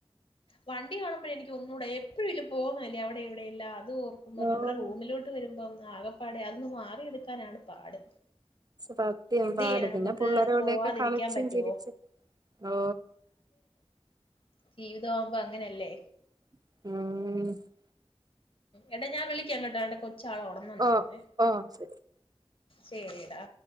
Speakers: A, on the left; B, on the right.
A: വണ്ടി കാണുമ്പോഴെ എനിക്ക് ഒന്നുകൂടെ എപ്പഴും ഇതിലെ പോകുന്നല്ലേ അവിടെ ഇവിടെയെല്ലാം അത് ഓർക്കുമ്പോൾ
B: ഓ
A: നമ്മള റൂമിലോട്ട് വരുമ്പം ആകപ്പാടെ അതൊന്ന് മാറി എടുക്കാനാണ് പാട്
B: സത്യം
A: എന്ത്
B: പാട്
A: ചെയ്യാനാ
B: പിന്നെ
A: നമുക്ക്
B: പിള്ളരോടൊക്കെ
A: പോവാതിരിക്കാൻ
B: കളിച്ചും
A: പറ്റുവോ
B: ചിരിച്ചും ഓ
A: <unintelligible> ജവിതാകുമ്പോ അങ്ങനെയല്ലേ
B: ഉം
A: എടാ ഞാൻ വിളിക്കാം കേട്ടോ ദാണ്ടെ കൊ ച്ചാള് ഉണർന്നെന്ന്
B: ഓ
A: തോന്നുന്നേ
B: ഓ ശരി
A: ശരിയെടാ